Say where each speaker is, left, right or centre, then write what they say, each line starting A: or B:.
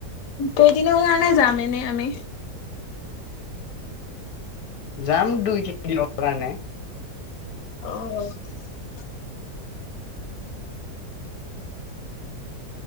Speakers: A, on the left; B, on the left.
A: কেইদিনৰ কাৰণে যাম এনে আমি?
B: যাম দুই তিনি দিনৰ কাৰণে।
A: অ